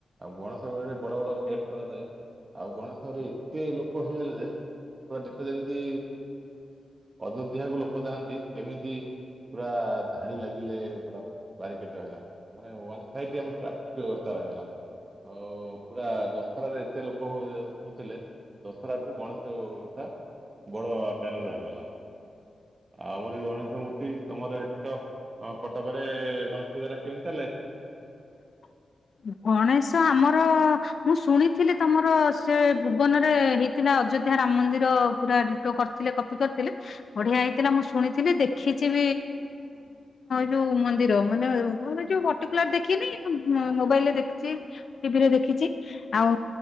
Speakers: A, on the right; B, on the left.
A: ଆଉ ଗଣେଶ ମେଢରେ ବଡ ବଡ ଗେଟ୍ କରାଯାଏ। ଆଉ ଗଣେଶରେ ଏତେ ଲୋକ ହେଇଗଲେ ଯେ ଟ ଯେମିତି ଅଯୋଧ୍ୟାକୁ ଲୋକ ଯାଆନ୍ତି ସେମିତି ପୁରା ଧାଡି ଲାଗିଲେ ପୁରା ବାରିକେଟ ରହିଲା। ଆ ୱନ୍ ଫାଇ ଆମର ଟ୍ରାଫିକ ବ୍ୟବସ୍ଥାା <unintelligible> ହଲା। ଆଉ ପୁରା ଦଶହରାରେ ଏତେ ଲୋକ ହଉଥିଲେ ଦଶରା ଠୁ ଗଣେଶ ଟା ବଡ ଆକାରରେ ରହିଗଲା। ଆଉ ଆମରଇ ଗଣେଶ ମୂର୍ତ୍ତି ତମର ହେଠ ହଁ କଟକରେ ଗଣେଶ ପୂଜା ଟା କେମିତି ଚାଲେ?
B: <inaudible> ଗଣେଶ ଆମର ମୁଁ ଶୁଣିଥିଲି ତମର ସେ ଭୁବନରେ ହେଇଥିଲା? ଅଯୋଧ୍ୟା ରାମ ମନ୍ଦିର ପୁରା ଡିଟୋ କରି ଥିଲେ କପି କରିଥିଲେ ବଢିଆ ହେଇଥିଲା ମୁଁ ଶୁଣିଥିଲି ଦେଖିଛି ଏ ଯୋଉ ମନ୍ଦିର ମାନେ ଯ ମୂଁ ପଟିକୁଲାର ଦେଖିନି ମୋବାଇଲରେ ଦେଖିଛି ଟିଭିରେ ଦେଖିଛି ଆଉ